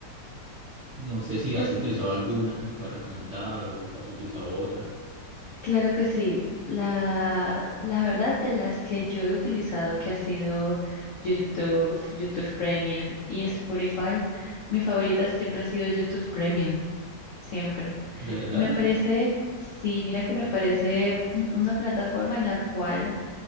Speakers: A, on the right; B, on the left.
A: No sé si
B: Pues
A: has utilizado alguna que me puedas recomendar o has utilizado otra,
B: claro que sí. La, la verdad de las que yo he utilizado, que ha sido YouTube, YouTube Premium y Spotify, mi favorita siempre ha sido YouTube Premium, siempre.
A: ¿verdad?
B: Me parece, sí, mira que me parece una plataforma en la cual